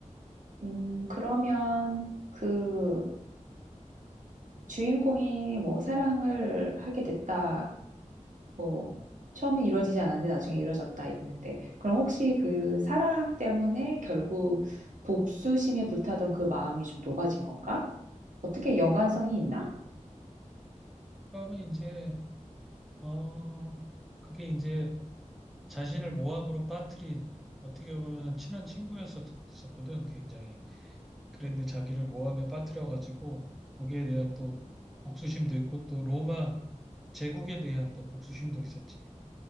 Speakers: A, on the right; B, in the centre.
A: 음, 그러면 그 주인공이 뭐 사랑을 하게 됐다. 뭐, 처음에 이루어지지 않았는데 나중에 이루어졌다 이랬는데, 그럼 혹시 그 사랑 때문에 결국 복수심에 불타던 그 마음이 좀 녹아진 건가? 어떻게 연관성이 있나?
B: 그음에 이제 어 그게 이제 자신을 모함으로 빠뜨린 어떻게 보면 친한 친구였었거든 굉장히. 그랬는데 자기를 모함에 빠뜨려가지고 거기에 대한 또 복수심도 있고 또 로마 제국에 대한 또 복수심도 있었지.